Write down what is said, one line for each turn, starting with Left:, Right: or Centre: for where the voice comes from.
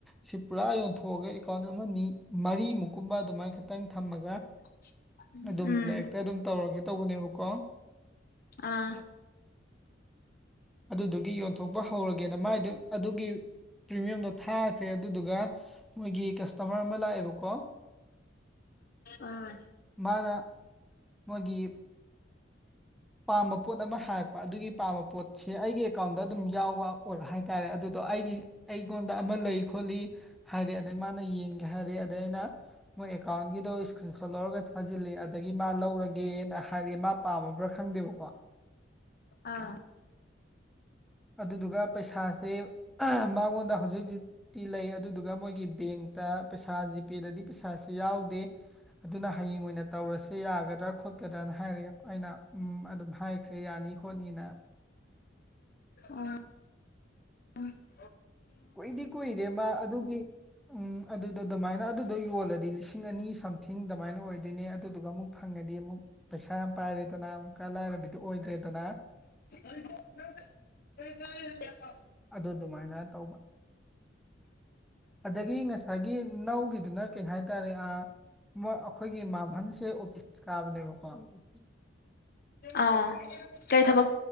Centre: ꯁꯤ ꯄꯨꯔꯥ ꯌꯣꯟꯊꯣꯛꯑꯒ ꯑꯦꯀꯥꯎꯟ ꯑꯃ ꯅꯤ ꯃꯔꯤ ꯃꯨꯛ ꯕ ꯑꯗꯨꯃꯥꯏꯅ ꯈꯤꯇꯪ ꯊꯝꯃꯒ
Left: <inaudible>
Centre: ꯑꯗꯨꯝ
Left: ꯎꯝ
Centre: ꯂꯥꯏꯔꯤꯛꯇ ꯑꯗꯨꯝ ꯇꯧꯔꯒꯦ ꯇꯧꯕꯅꯦꯕꯀꯣ
Left: ꯑꯥ
Centre: ꯑꯗꯨꯗꯨꯒꯤ ꯌꯣꯟꯊꯣꯛꯄ ꯍꯧꯔꯒꯦꯅ ꯃꯥꯏꯗꯨ ꯑꯗꯨꯒꯤ ꯄ꯭ꯔꯤꯃꯤꯌꯝꯗꯣ ꯊꯥꯈ꯭ꯔꯦ ꯑꯗꯨꯗꯨꯒ ꯃꯣꯏꯒꯤ ꯀꯁꯇꯃꯔ ꯑꯃ ꯂꯥꯛꯑꯦꯕꯀꯣ
Left: ꯑꯥ
Centre: ꯃꯥꯅ ꯃꫭꯏꯒꯤ ꯄꯥꯝꯕ ꯄꯣꯠ ꯑꯃ ꯍꯥꯏꯔꯛꯄ ꯑꯗꯨꯒꯤ ꯄꯥꯝꯕ ꯄꯣꯠꯁꯤ ꯑꯩꯒꯤ ꯑꯦꯀꯥꯎꯟꯗ ꯑꯗꯨꯝ ꯌꯥꯎꯕ ꯑꯣꯏꯕ ꯍꯥꯏꯇꯥꯔꯦ ꯑꯗꯨꯗꯣ ꯑꯩꯒꯤ ꯑꯩꯉꯣꯟꯗ ꯑꯃ ꯂꯩ ꯈꯣꯠꯂꯤ ꯍꯥꯏꯔꯦ ꯑꯗꯩ ꯃꯥꯅ ꯌꯦꯡꯒꯦ ꯍꯥꯏꯔꯦ ꯑꯗꯩ ꯑꯩꯅ ꯃꯣꯏ ꯑꯦꯀꯥꯎꯟꯒꯤꯗꯣ ꯏꯁꯀ꯭ꯔꯤꯟ ꯁꯣꯠ ꯂꯧꯔꯒ ꯊꯥꯖꯤꯜꯂꯤ ꯑꯗꯒꯤ ꯃꯥ ꯂꯧꯔꯒꯦꯅ ꯍꯥꯏꯔꯛꯑꯦ ꯃꯥ ꯄꯥꯝꯃꯕ꯭ꯔꯥ ꯈꯪꯗꯦꯕꯀꯣ
Left: ꯑꯥ
Centre: ꯑꯗꯨꯗꯨꯒ ꯄꯩꯁꯥꯁꯦ ꯃꯉꯣꯟꯗ ꯍꯧꯖꯤꯛ ꯍꯧꯖꯤꯛꯇꯤ ꯂꯩ ꯑꯗꯨꯗꯨꯒ ꯃꯣꯏꯒꯤ ꯕꯦꯡꯇ ꯄꯩꯁꯥ ꯖꯤꯄꯦꯗꯗꯤ ꯄꯩꯁꯥ ꯁꯤ ꯌꯥꯎꯗꯦ ꯑꯗꯨꯅ ꯍꯌꯦꯡ ꯑꯣꯏꯅ ꯇꯧꯔꯁꯦ ꯌꯥꯒꯗ꯭ꯔꯥ ꯈꯣꯠꯀꯗ꯭ꯔꯥꯅ ꯍꯥꯏꯔ ꯑꯩꯅ ꯎꯝ ꯑꯗꯨꯝ ꯍꯥꯏꯈ꯭ꯔꯦ ꯌꯥꯅꯤ ꯈꯣꯠꯅꯤꯅ
Left: ꯑꯣ <inaudible>
Centre: ꯀꯨꯏꯗꯤ ꯀꯨꯏꯔꯦ ꯃꯥ ꯑꯗꯨꯒꯤ ꯎꯝ ꯑꯗꯨꯗ ꯑꯗꯨꯃꯥꯏꯅ ꯑꯗꯨꯗ ꯌꯣꯜꯂꯗꯤ ꯂꯤꯁꯤꯡ ꯑꯅꯤ ꯁꯝꯊꯤꯡ ꯑꯗꯨꯃꯥꯏꯅ ꯑꯣꯏ ꯗꯨꯏꯅꯦ ꯑꯗꯨꯗꯨꯒ ꯑꯃꯨꯛ ꯐꯪꯉꯗꯤ ꯑꯃꯨꯛ ꯄꯩꯁꯥ ꯑꯝ ꯄꯥꯏꯔꯦꯗꯅ ꯑꯃꯨꯛꯀ ꯂꯥꯏꯔꯕꯤꯗꯨ ꯑꯣꯏꯗ꯭ꯔꯦꯗꯅ
Left: <inaudible>
Centre: ꯑꯗꯨ ꯑꯗꯨꯃꯥꯏꯅ ꯇꯧꯕ ꯑꯗꯒꯤ ꯉꯁꯥꯏꯒꯤ ꯅꯧꯒꯤꯗꯨꯅ ꯀꯩ ꯍꯥꯏꯇꯥꯔꯦ ꯑꯥ ꯑꯩꯈꯣꯏꯒꯤ ꯃꯥ ꯍꯟꯁꯦ ꯑꫭꯐꯤꯁ ꯀꯥꯕꯅꯦꯕꯀꫭ
Left: ꯑꯥ ꯀꯩ ꯊꯕꯛ